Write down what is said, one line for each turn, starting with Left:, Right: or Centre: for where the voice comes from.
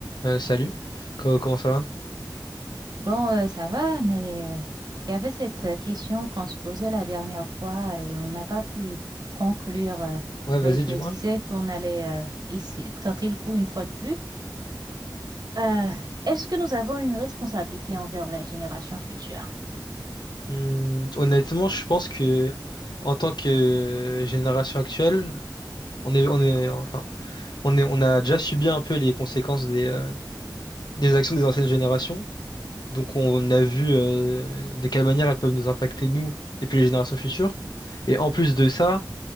Left: Euh, salut, Co- comment ça va?
Right: Bon, euh, ça va, mais euh, il y avait cette euh, question qu'on se posait la dernière fois et on n'a pas pu conclure. euh,
Left: Ouais, vas-y,
Right: mais je
Left: dis-moi.
Right: me disais qu'on allait euh, ici tenter le coup une fois de plus. Euh, est-ce que nous avons une responsabilité envers la génération future?
Left: Hmm, honnêtement, je pense que en tant que génération actuelle, on est, on est, enfin, on est, on a déjà subi un peu les conséquences des, euh, des actions des anciennes générations. Donc, on a vu euh, de quelle manière elles peuvent nous impacter nous et puis les générations futures. Et en plus de ça,